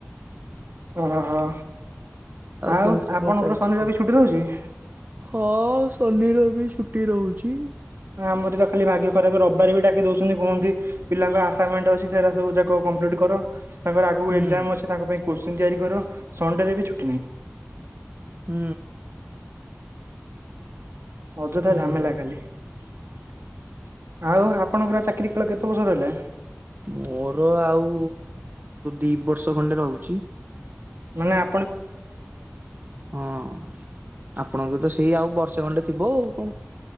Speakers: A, on the right (about 70°); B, on the right (about 45°).
A: ଓହୋ। ଆଉ
B: କେମିତି
A: ଆପଣଙ୍କର
B: କଣ ଚାଲିଛି
A: ଶନି
B: କୁହ?
A: ରବି ଛୁଟି ରହୁଛି?
B: ହଁ ଶନି ରବି ଛୁଟି ରହୁଛି।
A: ଆମରି ଯା ଖାଲି ଭାଗ୍ୟ ଖରାପ ରବିବାର ବି ଡାକି ଦଉସନ୍ତି କହୁସନ୍ତି ପିଲାଙ୍କ ଆସାମେଣ୍ଟ ଅଛି ସେରା ସବୁ ଯାଙ୍କ କମ୍ପ୍ଲିଟ କର। ତାଙ୍କର ଆଗକୁ
B: ହୁଁ
A: ଏକ୍ଜାମ ଅଛି ତାଙ୍କ ପାଇଁ କୋଶ୍ଚିନ୍ ତିଆରି କର ସଣ୍ଡେରେ ବି ଛୁଟି ନାହିଁ।
B: ହୁଁ।
A: ଅଯଥା
B: ହୁଁ।
A: ଝାମେଲା ଖାଲି ଆଉ ଆ - ଆପଣଙ୍କର ଚାକିରି କାଳ କେତେ ବର୍ଷ ରହିଲା?
B: ମୋର ଆଉ ଦି ବର୍ଷ ଖଣ୍ଡେ ରହୁଛି।
A: ମାନେ ଆ
B: ହଁ ଆପଣଙ୍କୁ ତ ସେଇ ଆଉ ବର୍ଷେ ଖଣ୍ଡେ ଥିବ ଆଉ କଣ